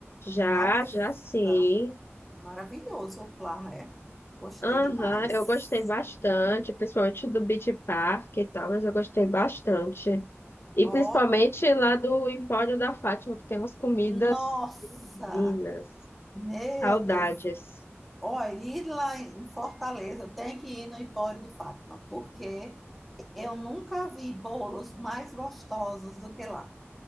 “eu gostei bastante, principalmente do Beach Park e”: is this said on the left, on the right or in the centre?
Left